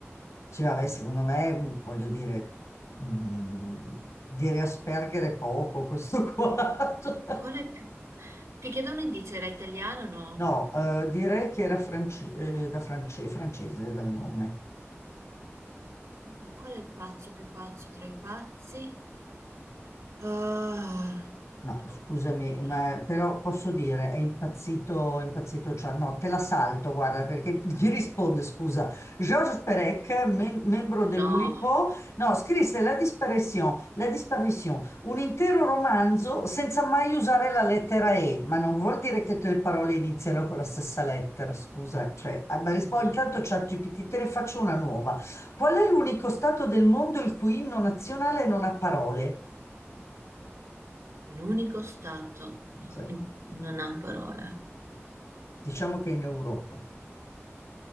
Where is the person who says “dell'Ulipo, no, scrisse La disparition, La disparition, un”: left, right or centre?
Left